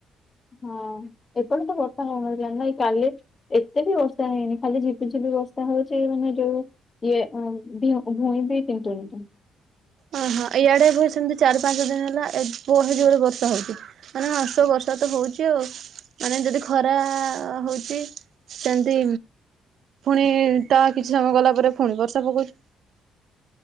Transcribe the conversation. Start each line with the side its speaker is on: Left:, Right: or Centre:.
Left: ହଁ ଏପଟେ ତ ବର୍ଷା କଣ <unintelligible> ଏଇ କାଲି ଏତେ ବି ବର୍ଷା ହେଇନି ଖାଲି ଝିପ୍ କିଛି ବି ବର୍ଷା ହଉଚି ମାନେ ଯୋଉ ଇଏ ଭୁଇଁ ବି ତିନ୍ତୁଣି।
Right: ଓହୋ ଇଆଡେ ବା ସେମ୍ତି ଚାରି ପାଞ୍ଚ ଦିନ ହେଲା ଏ ବହେ ଜୋରେ ବର୍ଷା ହଉଚି। ମାନେ ନନ୍ ଷ୍ଟପ ବର୍ଷା ତ ହଉଚି ଆଉ, ମାନେ ଯଦି ଖରା ହଉଚି ସେମ୍ତି ଫୁଣି ତା କିଛି ସମୟ ଗଲା ପରେ ଫୁଣି ବର୍ଷା ପକଉଚି।